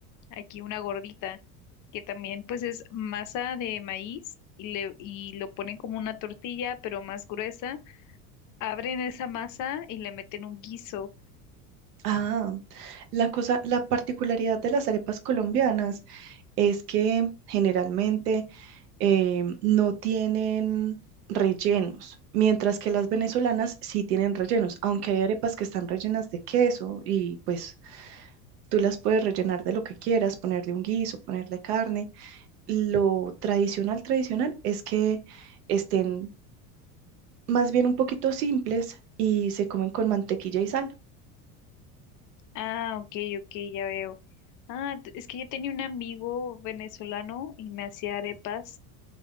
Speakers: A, on the left (about 45°); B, on the right (about 80°).
A: aquí una gordita, que también pues es masa de maíz y, le, y lo ponen como una tortilla, pero más gruesa. Abren esa masa y le meten un guiso.
B: Ah, la cosa, la particularidad de las arepas colombianas es que generalmente eh, no tienen rellenos, mientras que las venezolanas sí tienen rellenos, aunque hay arepas que están rellenas de queso y pues tú las puedes rellenar de lo que quieras, ponerle un guiso, ponerle carne. Lo tradicional, tradicional es que estén más bien un poquito simples y se comen con mantequilla y sal,
A: Ah, ok, ok, ya veo. Ah, t- es que yo tenía un amigo venezolano y me hacía arepas